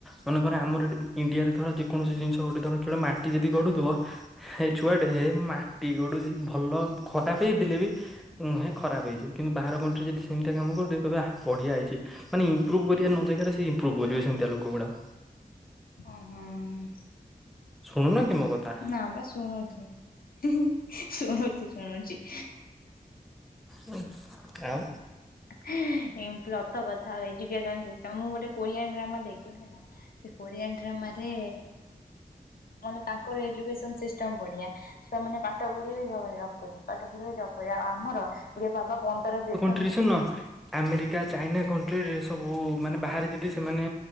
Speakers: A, in the centre; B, on the left.
A: ମନେକର ଆମର ଏଠି ଇଣ୍ଡିଆରେ ଧର ଯେକୌଣସି ଜିନିଷ ଗୋଟେ ଧର ଖେଳ ମାଟି ଯଦି ଗଡ଼ୁଥିବ ଏ ଛୁଆ ଏହେ ମାଟି ଗଢୁଚି ଭଲ ଖରାପ ହେଇଥିଲେ ବି
B: ହୁଁ।
A: ମୁହେଁ ଖରାପ ହେଇଚି। କିନ୍ତୁ ବାହାର କନ୍ଟ୍ରି ରେ ଯଦି ସେମିତି କାମ କରିଦେବେ କହିବେ ଆଃ ବଢିଆ ହେଇଛି ମାନେ ଇ ମ୍ପ୍ରୁ ଭ୍ କରିବା ନ ଜାଗାରେ ସେ ଏମ୍ପ୍ରୁଭ୍ କରିବେ। ଏମିତିଆ ଲୋକ ଗୁଡ଼ାକ।
B: ଓହୋ ଉମ୍
A: ଶୁଣୁନକି ମୋ କଥା?
B: ନା ବା ଶୁଣୁଚି ହୁ ହୁ ଶୁଣୁଚି ଶୁଣୁଚି।
A: ହ ଆଉ
B: ହେ ଇନପ୍ଲତ କଥାହୋଇଚି କେଜାଣି ସେସମ୍ ମୁଁ ଗୋଟେ କୋରିଆନ୍ ଡ୍ରାମା ଦେଖେ ହେଲା। ସେ କୋରିଆନ୍ ଡ୍ରାମାରେ ମାନେ ତାଙ୍କର ଏଜୁକେସନ୍ ସିଷ୍ଟମ ବଢ଼ିଆ। ଛୁଆ ମାନେ ପାଠ ପଢିବେ ଜବ୍ କରିବେ ପାଠ ପଢିବେ ଜବ୍ କରିବେ ଆଉ ଆମର ଇଏ ବାବା ପନ୍ଦର ଦିନ
A: ଟ୍ରିଶୁନ ଆମେରିକା, ଚାଇନା କଣ୍ଟ୍ରିରେ ଏ ସବୁ ମାନେ ବାହାରେ ଯିଦି ସେମାନେ